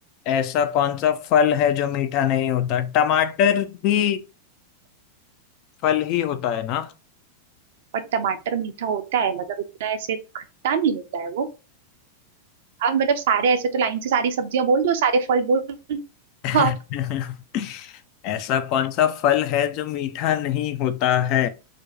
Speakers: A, on the left; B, on the right.
A: ऐसा कौन सा फल है जो मीठा नहीं होता टमाटर भी फल ही होता है ना
B: और टमाटर मीठा होता है मतलब इतना ऐसे खट्टा नहीं होता है वो आप मतलब सारे ऐसे तो लाइन से सारी सब्जियां बोल दो सारे फल बोल दो
A: <laughs>
B: हाँ,
A: ऐसा कौन सा फल है जो मीठा नहीं होता है